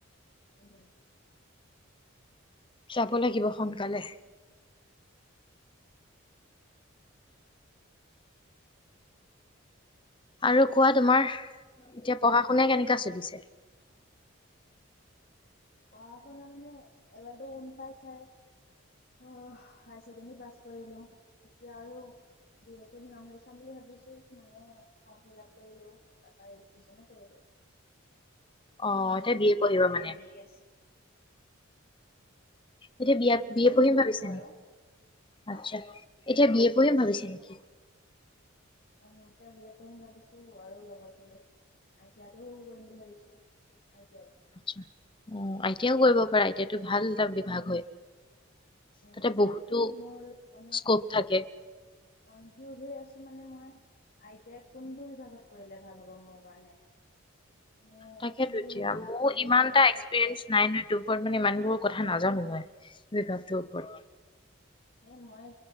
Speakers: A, on the left; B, on the left.
A: উম।
B: যাব লাগিব সোনকালে। আৰু কোৱা? তোমাৰ এতিয়া পঢ়া শুনা কেনেকুৱা চলিছে? <unintelligible>
A: পঢ়া শুনা মানে এবাৰটো গম পাইছাই। অহ, হাই ছেকেণ্ডাৰী পাছ কৰিলো। এতিয়া আৰু বি এ টোত নাম লিখাম বুলি ভাবিছোঁ, মানে ফৰ্ম ফিল আপ কৰিলো, তাৰ পা ৰেজিষ্ট্ৰেশচনো কৰিলো।
B: অ
A: এডমিচন
B: এতিয়া বি এ পঢ়িব
A: হোৱা নাই,
B: মানে
A: দেৰি আছে।
B: এতিয়া বিয়া
A: এডমিচন
B: বি এ পঢ়িম
A: দেৰি
B: ভাবিছা
A: হ'ব আৰু
B: নেকি?
A: হা
B: আচছা এতিয়া বি এ পঢ়িম ভাবিছা নেকি?
A: অ, এতিয়া বি এ পঢ়িম ভাবিছো আৰু লগতে আই টি আই টো কৰিম বুলি ভাবিছো। I T I.
B: আচ্ছা অ, আই টি আইও কৰিব পাৰা, আই টি আই টো ভাল এটা বিভাগ হয়।
A: অ,
B: তাতে
A: তাকে
B: বহুতো
A: মই মানে
B: স্কপ
A: কন-
B: থাকে
A: কনফিউজ হৈ আছো। মানে মই, আই টি আই কোনটো বিভাগত কৰিলে ভাল হ'ব, মোৰ কাৰণে? নে
B: তাকেটো
A: কোনটো
B: এতিয়া,
A: বিভাগত
B: মোৰো
A: কৰিলে
B: ইমান
A: এতিয়া
B: এটা
A: পতককে
B: এক্সপেৰিয়েন্স নাই নহয়, দুখন মানে ইমান বোৰ কথা নাজানো মই, বিভাগটোৰ ওপৰত।
A: এ মই